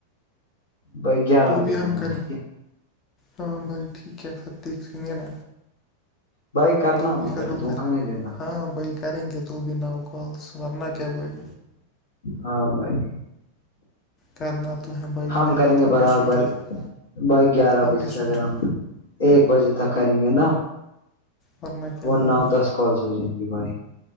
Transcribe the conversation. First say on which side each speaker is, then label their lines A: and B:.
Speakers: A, on the left; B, on the left.
A: بھائی گیارہ
B: تو
A: بجے
B: بھی
A: کرنا
B: ہم کریں
A: ٹھیک ہے
B: ہاں بھائی ٹھیک ہے سر دیکھ رہیں ہیں ن
A: بھائی کرنا
B: تو بھی
A: مگر
B: فھر ہ
A: دھوکا
B: کر
A: نہیں دینا
B: ہاں بائی کریں گے تو توو بھی نو کالس ورنہ کیا بھائی
A: ہاں بائی
B: کرنا تو ہے بھائی
A: ہم
B: محنت
A: کریں گے برابر
B: نے سوچا تھا،
A: ب گیارہ
B: ہم
A: بجے
B: نے
A: سے
B: سوچا
A: اگر ہم ایک بجے تک کریں گے نا
B: ورنہ کیا
A: وہ
B: بھائی
A: نو دس کالس ہو جائیں گے بھائی